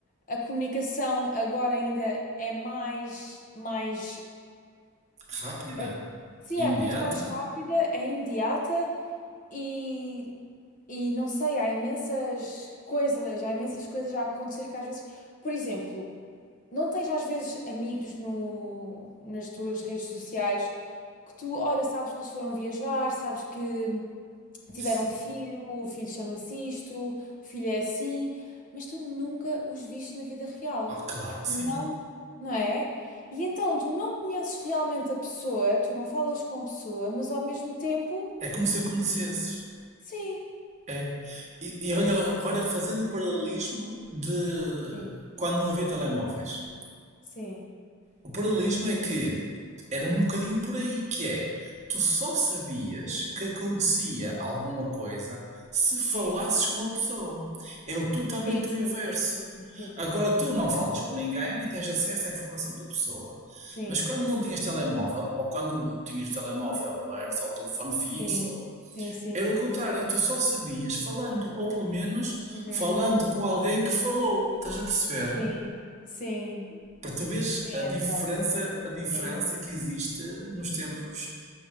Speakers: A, on the left (about 40°); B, on the right (about 35°).
A: A comunicação agora ainda é mais mais
B: Rápida,
A: é- Sim,
B: imediata.
A: é muito mais rápida, é imediata e, e não sei, há imensas coisas, há imensas coisas a acontecer que às vezes, por exemplo, não tens às vezes amigos no, nas tuas redes sociais que tu, olha, sabes que eles foram viajar, sabes que Tiveram
B: Sim.
A: um filho, o filho chama-se isto, o filho é assim, mas tu nunca os viste na vida real.
B: Ah, claro
A: Tu
B: que sim.
A: não, não é? E então tu não conheces realmente a pessoa, tu não falas com a pessoa, mas ao mesmo tempo,
B: É como se a conhecesses.
A: sim.
B: É. E, e olha, agora fazendo o paralelismo de
A: Sim,
B: quando não havia telemóveis.
A: sim,
B: O paralelismo é que era um bocadinho por aí, que é tu só sabias que acontecia alguma coisa se falasses
A: sim.
B: com a pessoa. É o totalmente
A: Sim, sim,
B: o inverso.
A: sim, sim, sim,
B: Agora tu não falas com ninguém e tens acesso à informação da pessoa.
A: sim.
B: Mas quando não tinhas telemóvel, ou quando tinhas telemóvel, era só o telefone fixo,
A: Sim,
B: ou...
A: sim, sim,
B: era
A: sim,
B: o contrário,
A: sim. sim.
B: tu só sabias falando, ou pelo menos
A: Uhum,
B: falando
A: uhum.
B: com alguém que falou. Estás a perceber?
A: Sim, sim,
B: Para tu veres
A: é
B: a diferença,
A: verdade.
B: a diferença
A: Sim.
B: que existe nos tempos,